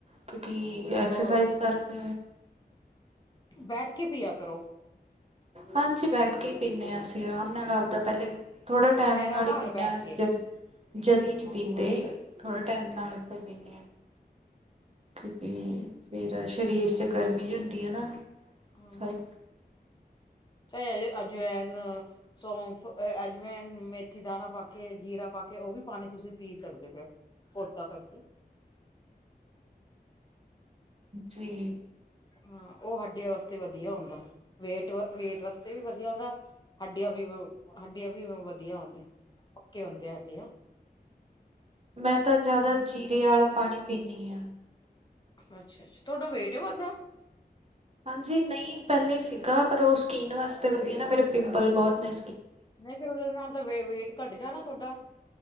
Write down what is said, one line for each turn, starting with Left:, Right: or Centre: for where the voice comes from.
Right: ਕਿਉਂਕਿ ਐਕਸਰਸਾਈਜ਼
Left: ਦੋ।
Right: ਕਰਕੇ
Left: ਬੈਠ ਕੇ ਪੀਆ ਕਰੋ।
Right: ਹਾਂ ਜੀ ਬੈਠ ਕੇ ਹੀ ਪੀਂਦੇ ਹਾਂ ਅਸੀਂ ਆਰਾਮ ਨਾਲ ਆਪਦਾ ਪਹਿਲੇ। ਥੋੜਾ ਟਾਈਮ
Left: ਪੈਰਾਂ
Right: ਨਾਲ ਹੀ
Left: ਭਾਰ
Right: ਪੀਦੇ
Left: ਬੈਠ
Right: ਹਾਂ ਅ
Left: ਕੇ
Right: ਜ। ਜਦੀ ਨਹੀਂ ਪੀਂਦੇ। ਥੋੜੇ ਟਾਈਮ
Left: ਹਮ
Right: ਨਾਲ ਹੀ ਪੀਦੇ ਹਾਂ। ਕਿਉਂਕਿ ਫੇਰ ਸਰੀਰ ਚ ਗਰਮੀ ਜਿਹੀ ਹੁੰਦੀ ਹੈ ਨਾ।
Left: ਹਮ
Right: ਸਾਰੀ
Left: ਚਾਹੇ ਅਜਵੈਨ ਸੌਫ। ਅਜਵੈਨ ਮੇਥੀ ਦਾਣਾ ਪਾ। ਕੇ ਜੀਰਾ ਪਾ ਕੇ ਉਹ ਵੀ ਪਾਣੀ ਤੁਸੀਂ ਪੀ ਸਕਦੇ ਹੋ ਫਿਰ ਕੋਸਾ ਕਰਕੇ
Right: ਜੀ
Left: ਹਾਂ ਉਹ ਹੱਡੀਆਂ ਵਾਸਤੇ ਵਧੀਆ ਹੁੰਦਾ ਵੇਟ ਵ ਵੇਟ ਵਾਸਤੇ ਵੀ ਵਧੀਆ। ਵਧੀਆ ਹੁੰਦਾ ਹੱਡੀਆਂ ਵੀ ਹੱਡੀਆਂ ਵੀ ਵਧੀਆ ਹੁੰਦੇ ਪੱਕੇ ਹੁੰਦੇ ਆ ਹੱਡੀਆਂ।
Right: ਮੈਂ ਤਾਂ ਜ਼ਿਆਦਾ ਜੀਰੇ ਵਾਲਾ ਪਾਣੀ ਪੀਦੀ ਹਾਂ।
Left: ਅੱਛਾ ਅੱਛਾ ਤੁਹਾਡਾ ਵੇਟ ਨਹੀਂ ਵੱਧਦਾ।
Right: ਹਾਂਜੀ ਨਹੀਂ ਪਹਿਲੇ ਹੀ ਸੀਗਾ ਪਰ ਉਹ ਸਕਿੰਨ ਵਾਸਤੇ ਵਧੀਆ ਨਾ ਮੇਰੇ ਪਿੰਪਲ ਬਹੁਤ ਨ
Left: ਨਹੀਂ ਫਿਰ ਉਹਦੇ ਨਾਲ ਤਾਂ ਵ ਵੇਟ ਘੱਟ ਜਾਣਾ ਤੁਹਾਡਾ।